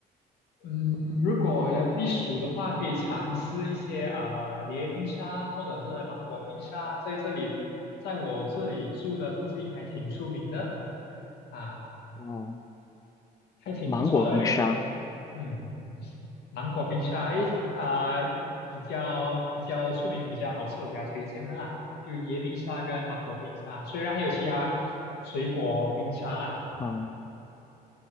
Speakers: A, on the left; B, on the left.
A: 嗯，如果要避暑的话，可以尝试一些呃椰冰沙或者是芒果冰沙，在这里，在我这里住的附近还挺出名的啊，
B: 哦，
A: 还挺不错的，
B: 芒果冰沙。
A: 也是嗯。芒果冰沙，诶，啊、呃比较比较出名、比较好吃，我给他推荐的啦，就椰冰沙跟芒果冰沙。虽然还有其他水果冰沙啦，
B: 嗯。